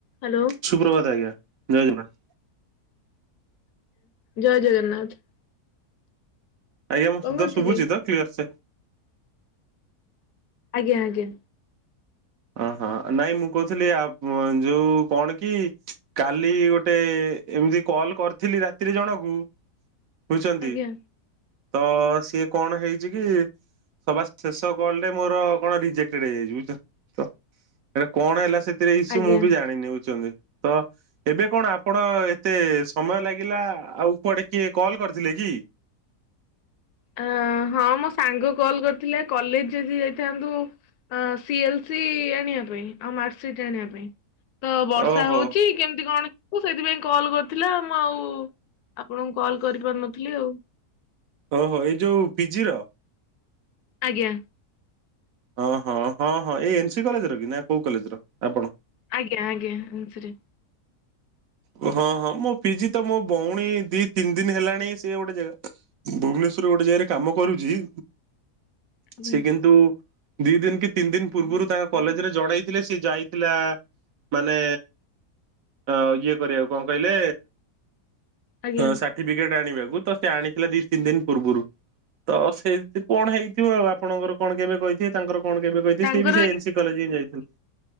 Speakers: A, on the left (about 75°); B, on the right (about 65°).
A: Hello.
B: ସୁପ୍ରଭାତ ଆଜ୍ଞା ଜୟ ଜଗନ୍ନାଥ।
A: ଜୟ ଜଗନ୍ନାଥ।
B: ଆଜ୍ଞା ମୁଁ
A: କଣ
B: ଶବ୍ଦ
A: କରୁଥିଲେ?
B: ଶୁଭୁଛି ତ କ୍ଲିୟର ସେ?
A: ଆଜ୍ଞା ଆଜ୍ଞା।
B: ଅହଁ ନାଇଁ ମୁଁ କହୁଥିଲି ଆ ଯୋଉ କଣ କି କାଲି ଗୋଟେ ଏମିତି କଲ୍ କରିଥିଲି ରାତିରେ ଜଣକୁ ବୁଝଛନ୍ତି
A: ଆଜ୍ଞା
B: ତ ସିଏ କଣ ହେଇଛି କି? ସଭା ଶେଷ କଲରେ ମୋର କଣ ରିଜେକ୍ଟେଡ ହେଇଯାଇଛି ବୁଝିଲ ତ ଏଟ କଣ ହେଲା ସେଥିରେ ଇସୁ
A: ଆଜ୍ଞା
B: ମୁଁ ବି ଜାଣିନି ବୁଝୁଛନ୍ତି ତ ଏବେ କଣ ଆପଣ ଏତେ ସମୟ ଲାଗିଲା ଆଉ କୁଆଡେ କିଏ କଲ କରିଥିଲେ କି?
A: ଅ ହଁ ମୋ ସାଙ୍ଗ କଲ୍ କରିଥିଲା କଲେଜ ଯଦି ଯାଇଥାନ୍ତୁ ସି ଏଲ ସି ଆଣିବା ପାଇଁ ଆଉ ମାର୍କ ସିଟ ଆଣିବା ପାଇଁ ତ ବର୍ଷା
B: ଓହୋ
A: ହଉଛି କି କେମିତି କଣ ଯିବୁ ସେଇଥିପାଇଁ କଲ୍ କରିଥିଲା ମୁଁ ଆଉ ଆପଣଙ୍କୁ କଲ୍ କରି ପାରୁନଥିଲି ଆଉ
B: ଓହୋ ଏଇ ଯୋଉ ପିଜି ର?
A: ଆଜ୍ଞା।
B: ହଁ ହଁ ହଁ ହଁ ଏଇ ଏନସିି କଲେଜର କି ନା କୋଉ କଲେଜର ଆପଣ?
A: ଆଜ୍ଞା ଆଜ୍ଞା ଏନସି ରେ।
B: ହଁ ହଁ ମୋ ପିଜି ତ ମୋ ଭଉଣୀ ଦି ତିନି ଦିନ ହେଲାଣି ସେ ଗୋଟେ ଜାଗା ଭୁବନେଶ୍ଵରରେ ଗୋଟେ ଜାଗାରେ କାମ କରୁଛି
A: ଆଜ୍ଞା
B: ସେ କିନ୍ତୁ ଦି ଦିନ କି ତିନି ଦିନ ପୂର୍ବରୁ ତାଙ୍କ କଲେଜ ରେ ଜଣେଇଥିଲେ ସିଏ ଯାଇଥିଲା ମାନେ ଅ ଇଏ କରିବାକୁ। କଣ କହିଲେ
A: ଆଜ୍ଞା
B: ସା ସର୍ଟିଫିକେଟ ଆଣିବାକୁ ତ ସେ ଆଣିଥିଲା ଦି ତିନି ଦିନ ପୂର୍ବରୁ। ତ ସେଇ କଣ ହେଇଥିବ ଆଉ ଆପଣଙ୍କର କଣ କେବେ କହି ସେ ତାଙ୍କର କଣ କେବେ କହିଥିଲେ
A: ତାଙ୍କର
B: ସେ ବି ସେ ଏନ୍ ସି କଲେଜ ହିଁ ଯାଇଥିଲେ